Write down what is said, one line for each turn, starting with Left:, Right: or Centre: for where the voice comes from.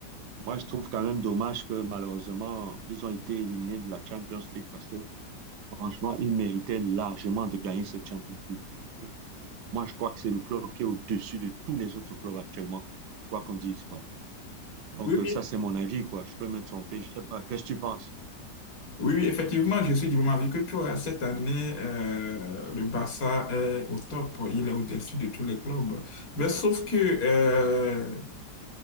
Right: Moi, je trouve quand même dommage que malheureusement, ils ont été éliminés de la Champions League parce que franchement, ils méritaient largement de gagner cette Champions League. Moi, je crois que c'est le club qui est au-dessus de tous les autres clubs actuellement, quoi qu'on dise, quoi. Donc,
Left: Oui,
Right: euh,
Left: oui.
Right: ça, c'est mon avis, quoi. Je peux me tromper, je sais pas. Qu'est-ce que tu penses?
Left: Oui, oui, effectivement, je suis du même avis que toi. Cette année, euh, le Barça est au top. Il est au-dessus de tous les clubs. Mais sauf que euh,